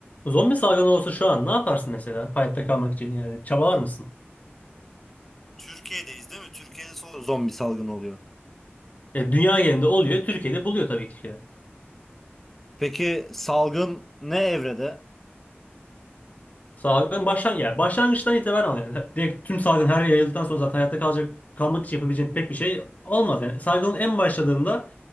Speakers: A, on the left; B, in the centre.
A: Zombi salgını olsa şu an ne yaparsın mesela hayatta kalmak için yani çabalar mısın?
B: Türkiye'deyiz değil mi? Türkiye'de son zombi salgını oluyor.
A: Ya dünya genelinde oluyor, Türkiye'de buluyor tabii ki de.
B: Peki salgın ne evrede?
A: Salgın başlan yani başlangıçtan itibaren al yani. Direkt tüm salgın her yere yayıldıktan sonra zaten hayatta kalacak kalmak için yapabileceğin pek bir şey olmaz yani. Salgının en başladığında